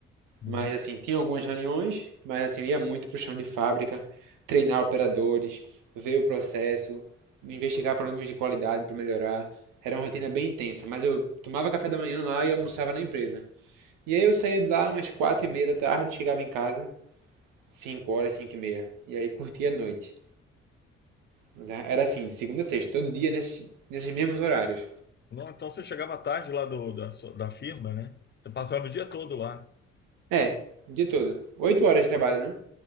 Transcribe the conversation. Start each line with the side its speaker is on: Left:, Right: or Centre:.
Left: Uhum.
Right: Mas assim, tinha algumas reuniões, mas assim, eu ia muito pro chão de fábrica, treinar operadores, ver o processo, investigar problemas de qualidade para melhorar. Era uma rotina bem intensa, mas eu tomava café da manhã lá e almoçava na empresa. E aí eu saía de lá umas quatro e meia da tarde, chegava em casa, cinco horas, cinco e meia. E aí curtia a noite. Mas era assim, de segunda a sexta, todo dia nesse- nesses mesmos horários.
Left: Não, então você chegava tarde lá do, da, sua- da firma, né? Você passava o dia todo lá.
Right: É, o dia todo. Oito horas de trabalho, né?